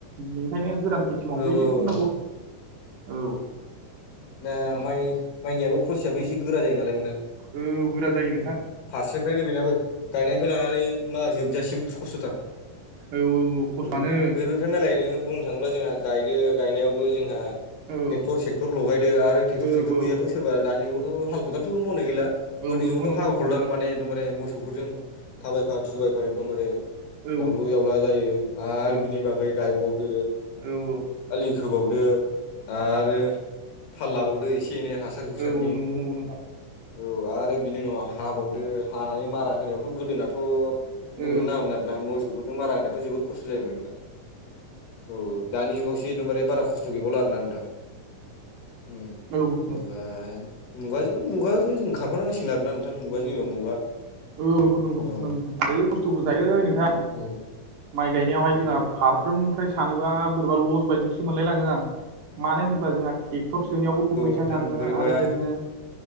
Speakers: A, on the right (about 70°); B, on the left (about 75°).
A: बेनिखायनो गोरान खेथि मावनोबो
B: औ औ
A: एसे दोननांगौ
B: औ
A: औ।
B: दा
A: औ
B: माइ माइनियाबो प्रसेसआबो एसे गोरा जायो नालाय नोंथां।
A: औ गोरा जायो नोंथां।
B: औ फारसेनिफ्रायनो बेनाबो गायनायनिफ्राय लानानै मा जोबजासिम खस्थथार।
A: औ औ खस्थ'आनो
B: औ <unintelligible> नायलाय नोङो बुंनो थाङोब जोंहा गायदो गायनायावबो जोंहा
A: औ
B: ट्रेक्टर सेक्टर लगायदो आरो टेक्टर
A: औ
B: सेक्टर
A: औ
B: गैयैआथ' सोरबा दानि जुगावथ' हाल खदालजों मावनाय गैला। गोदो
A: औ नंगौ
B: समावथ
A: नंगौ
B: हाल-खदाल
A: नोंथां
B: माने एखदमबारे मोसौफोरजों थाबायफा थुबायफा एकदमबारे
A: औ
B: जावलु जावला जायो आरो
A: औ औ
B: बिनि बागै गायबावदो।
A: औ औ
B: आलि खोबावदो आरो थाल लाबावदो एसे एनै हासार हुसारनि
A: औ औ नंगौ नंगौ नोंथां
B: औ आरो बिनि उनाव हाबावदो हानानै मारा होनायावथ गोदोनाथ
A: औ
B: बुंनो नाङामोन आर ना मोसौफोरजों मारा होनायथ जोबोद खस्थ जायोमोन नोंथां औ दानि जुगावसो एकदमबारे बारा खस्थ गैबावला आरोना नोंथां उम
A: औ
B: ओ मुगाजों मुगाथ जों खारफानांसिगोन आरोना नोंथां मुगाजों जेनबा मुगा
A: औ नंगौ
B: औ
A: नंगौ नं आरो खस्थबो जायो नोंथां
B: औ
A: माइ गायनायावहाय
B: औ
A: जोंहा फार फ्रोमनिफ्राय सानोबा बोरैबा लस बायदिसो मोनलाय लाङो आं मानो होनोबा जोंहा टेक क्टर सोनायावबो फैसा
B: नोंथां
A: थाङो
B: बोरैबा
A: आरो नोङो